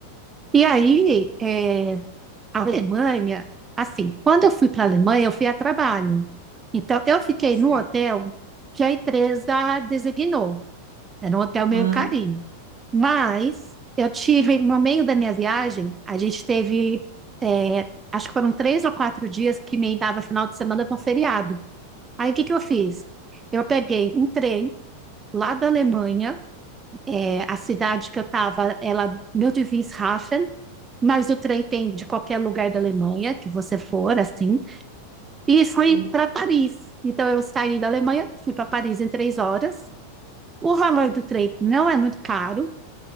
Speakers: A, on the right; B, on the right.
A: e aí, é, a Alemanha, assim, quando eu fui para a Alemanha, eu fui a trabalho. Então, eu fiquei
B: Tá certo.
A: no hotel que a empresa designou. Era um hotel
B: Aham,
A: meio carinho. Mas eu tive, no meio da minha viagem, a gente teve, é, acho que foram três ou quatro dias que me dava final de semana para um feriado. Aí, o que que eu fiz? Eu peguei um trem lá da Alemanha. É, a cidade que eu estava, ela, meu Wilhelmshaven, mas o trem tem de qualquer lugar da Alemanha que você for, assim. E fui
B: sim.
A: para Paris. Então eu saí da Alemanha, fui para Paris em três horas. O valor do trem não é muito caro,